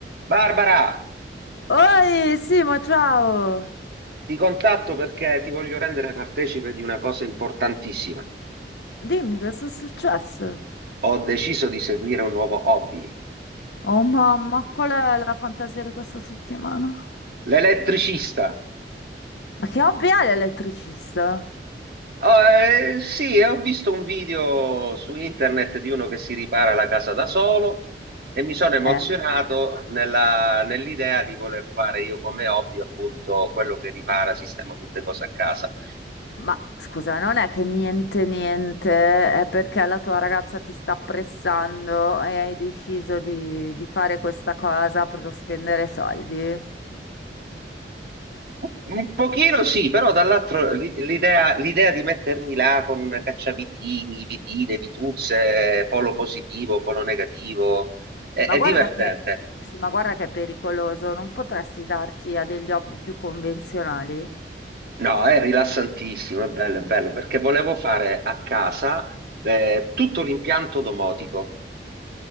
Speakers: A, on the right; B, on the left.
A: Barbara,
B: Oi, Simo, ciao!
A: ti contatto perché ti voglio rendere partecipe di una cosa importantissima.
B: Dimmi cosa è successo?
A: Ho deciso di seguire un nuovo hobby,
B: Oh mamma, qual è la fantasia di questa settimana?
A: l'elettricista.
B: Ma che hobby è l'elettricista?
A: Oh, eh, sì, ho visto un video su internet di uno che si ripara la casa da solo e mi sono emozionato
B: Eh,
A: nella- nell'idea di voler fare io come hobby appunto quello che ripara, sistema tutte cose a casa.
B: ma scusa, non è che niente, niente, è perché la tua ragazza ti sta pressando e hai deciso di, di fare questa cosa per non spendere soldi? Eh,
A: Un pochino sì, però dall'altro l'i- l'idea l'idea di mettermi là con cacciavitini, vitine, vituzze, polo positivo, polo negativo, è,
B: ma
A: è
B: guarda
A: divertente.
B: che, sì, ma guarda che è pericoloso, non potresti darti a degli hobby più convenzionali?
A: No, è rilassantissimo, è bello, è bello, perché volevo fare a casa eh, tutto l'impianto domotico.